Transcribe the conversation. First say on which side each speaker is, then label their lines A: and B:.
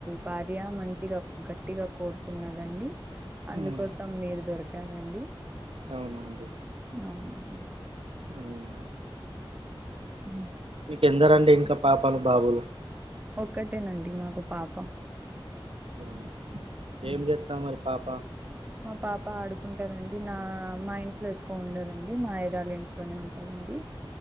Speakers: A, on the right; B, on the right.
A: భార్య మంచి గట్టిగ కోరుకున్నదండి
B: హ్మ్
A: అందుకోసం మీరు దొరికారండి
B: అవునండి
A: అవునండి
B: ఊమ్
A: ఉమ్
B: మీకెందరండి ఇంక పాపలు బాబులు
A: ఒక్కటే నండి మాకు పాప
B: ఉమ్
A: హ్మ్.
B: ఏం చెత్తాంది మరి పాప
A: మా పాప ఆడుకుంటదండి నా మా ఇంట్లో ఎక్కువ ఉండదండి మా అయ్యగారు ఇంట్లోనే ఉంటదండి